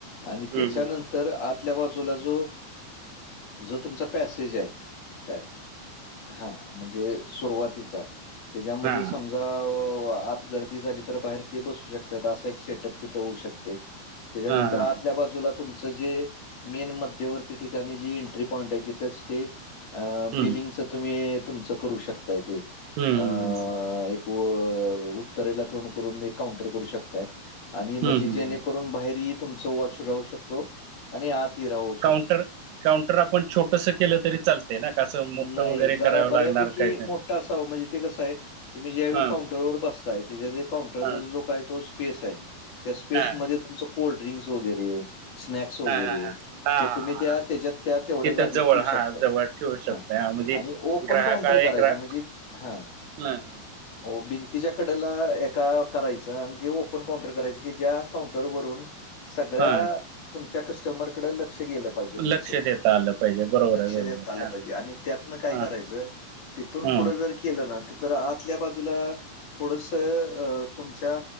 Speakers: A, on the left; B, on the right.
A: आणी
B: हम्म
A: त्याच्या
B: हम्म
A: नंतर तर आतल्या बाजूला जो जो तुमचा पॅसेज आहे. काय हा म्हणजे सुरवाती त्याच्यामध्ये
B: हा
A: सम आत गर्दी झाली तर बाहेर ते बसू शकत अस सेटअप तिथ होऊ शकते.
B: हा
A: त्याच्यानंतर आतल्या बाजूला. तुमच जे मेन मध्यवर्ती ठिकाणी जे एंट्री पॉईंट आहे तिथंच ते अ
B: हम्म
A: बिलिंगच तुम्ही तुमचं करू शकताय ते
B: हम्
A: अ,
B: हम हम ह.
A: एक उत्तरेला तोड करून काउंटर करू शकताय. आणि म्हजी
B: हम्म
A: जेणेकरून बाहेरही तुमचा वॉच राहू शकतो. आणि आतही राहू
B: काउंटर
A: शकतो.
B: काउंटर आपण छोटस केलं तरी चालत ना का असं मोठं
A: नाही
B: वगैरे
A: जरा
B: करावं
A: बऱ्यापैकी
B: लागणार काय ते
A: मोठा असा म्हणजे ते कसं आहे तुम्ही ज्यावे
B: हा
A: काउंटर वर बसताय त्या काउंटरचा
B: हा हा
A: जो काय तो स्पेस आहे त्या स्पेस
B: हा
A: मध्ये तुमच. कोल्ड्रिंक्स वगैरे. स्नॅक्स वगैरे
B: हा हा हा
A: हे तुम्ही त्या
B: हा
A: त्याच्यात त्या तेवढ्या
B: तिथं
A: जागी
B: जवळ
A: ठेवू
B: हा
A: शकताय.
B: जवळ ठेवू शकतोय
A: हा
B: म्हणजे
A: आणि ओपन
B: ग्राहक
A: काउंटर
B: आहे
A: करायचं
B: ग्रा
A: म्हणजे हा.
B: ह ह
A: हो भिंतीच्या कडेला एका. करायच आणि ते ओपन काउंटर करायच की ज्या काउंटर वरुन सगळ्या.
B: हा
A: तुमच्या कस्टमरकडे लक्ष गेलं पाहीजे
B: लक्ष
A: तुमचं
B: देता आलं पाहिजे बरोबर
A: लक्ष
B: आहे बरोबर
A: देता
B: आहे
A: आलं
B: हा
A: पाहिजे आणी त्यातण काय
B: हा
A: करायच तिथूनपुढे
B: हम्म
A: केलं ना तर आतल्या बाजूला थोडस तुमच्या